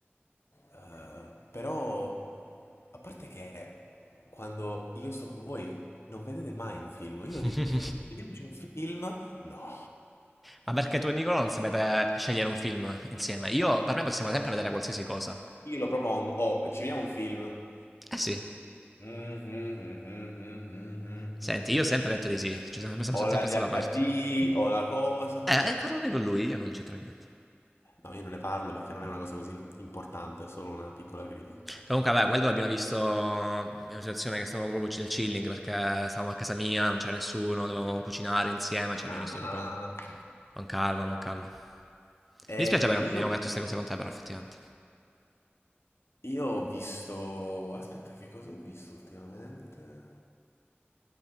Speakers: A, on the left; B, in the centre.
A: eh, però a parte che quando io sto con voi non vedete mai un film, io
B: <laughs>
A: di- dico sempre vediamoci un film, no,
B: Ma perché tu e Nicola non sapete scegliere un film insieme? Io,
A: no.
B: per me possiamo sempre vedere qualsiasi cosa.
A: io lo propongo, oh ci vediamo un film,
B: Eh sì.
A: Mhm, mhm, mhm, mhm.
B: Senti, io ho sempre detto di sì, cioè sono sempre,
A: o
B: sempre
A: la
B: stato
A: DHD
B: aperto.
A: o la cosa,
B: Eh, parlane con lui, io non c'entro niente.
A: no io non ne parlo perché non è una cosa così importante, è solo una piccola critica.
B: Comunque, vabbè, quello l'abbiamo visto in una situazione che stavamo proprio nel chilling perché stavamo a casa mia, non c'era nessuno, dovevamo cucinare insieme, ci abbiamo
A: Ah,
B: visto proprio con,
A: ok.
B: con calma, con calma. Mi
A: Eh,
B: dispiace perché non
A: io,
B: abbiamo detto queste cose con te, però, effettivamente.
A: io ho visto. Aspetta, che cosa ho visto ultimamente?